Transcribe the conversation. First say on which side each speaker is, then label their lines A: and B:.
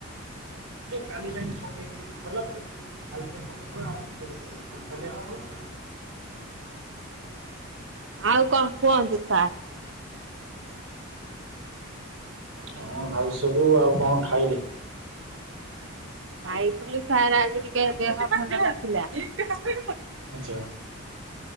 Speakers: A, on the right; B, on the right.
A: କାଲି ପାଇକି ପକେଇବ ସରିଲା ପରେ କାଲି ଯ ପକେଇିବ ଆମ ସେପଟେ ପଡିବ। ସ କାଲି ଆସ।
B: ଆଉ କଣ କୁହନ୍ତୁ ସାର୍ ।
A: ହଁ ଆଉ ସବୁ ଆଉ କଣ ଖାଇଲେ?
B: ଖାଇଥିଲୁ ସାର୍ ଆଜି ଟିକେ ଦେହ ଭଲ ନଥିଲା। <inaudible> ଦେହ
A: ଆଚ୍ଛା